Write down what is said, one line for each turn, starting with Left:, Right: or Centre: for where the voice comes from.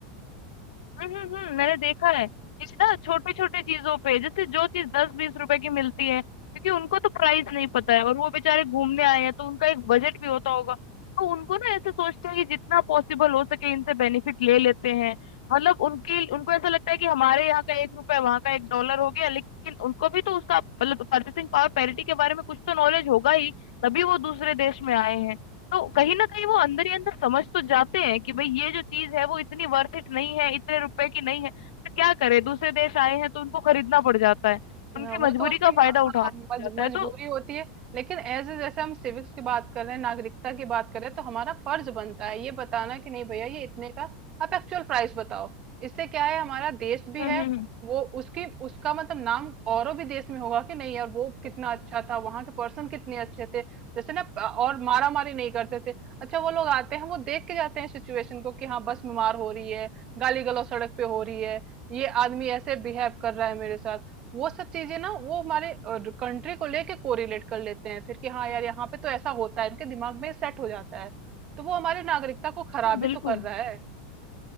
Left: हम्म हम्म, हम्म, मैंने देखा है इस ना छोटे छोटे चीजों पे जैसे जो चीज दस बीस रुपए की मिलती है क्योंकि उनको तो प्राइस नहीं पता है और वो बेचारे घूमने आए हैं तो उनका एक बजट भी होता होगा तो उनको ना ऐसे सोचते हैं कि जितना पॉसिबल हो सके इनसे बेनिफिट ले लेते हैं मतलब उनकी उनको ऐसा लगता है कि हमारे यहाँ का एक रुपए वहाँ का एक डॉलर हो गया लेकिन उनको भी तो उसका मतलब परचेसिंग पावर पैरिटी के बारे में कुछ तो नॉलेज होगा ही तभी वो दूसरे देश में आए हैं तो कहीं ना कहीं वो अंदर ही अंदर समझ तो जाते हैं कि भाई ये जो चीज है वो इतनी वर्थ इट नहीं है इतने रुपए की नहीं है पर क्या करे दूसरे देश आए हैं तो उनको खरीदना पड़ जाता है उनकी
Right: हाँ वो
Left: मजबूरी
Right: तो उनकी
Left: का
Right: म-
Left: फायदा
Right: हाँ
Left: उठाना पड़
Right: मज,
Left: जाता
Right: मजबूरी
Left: है तो
Right: होती है लेकिन एज ए जैसे हम सिविक्स की बात कर रहे हैं नागरिकता की बात कर रहे हैं तो हमारा फर्ज बनता है ये बताना कि नहीं भैया ये इतने का आप एक्चुअल प्राइस बताओ इससे क्या है हमारा देश भी
Left: हम्म
Right: है
Left: हम्म,
Right: वो उसकी उसका मतलब नाम औरों भी देश में होगा कि नहीं यार वो कितना अच्छा था वहां के पर्सन कितने अच्छे थे जैसे ना प- और मारा मारी नहीं करते थे अच्छा वो लोग आते हैं वो देख के जाते हैं सिचुएशन को कि हाँ बस बीमार हो रही है गाली गलौज सड़क पे हो रही है ये आदमी ऐसे बिहेव कर रहा है मेरे साथ वो सब चीजें ना वो हमारे कंट्री को लेके कोरिलेट कर लेते हैं फिर कि हाँ यार यहाँ पे तो ऐसा होता है इनके दिमाग में सेट हो जाता है तो वो हमारी नागरिकता को खराब
Left: हम्म, बिल्कुल
Right: ही तो कर रहा है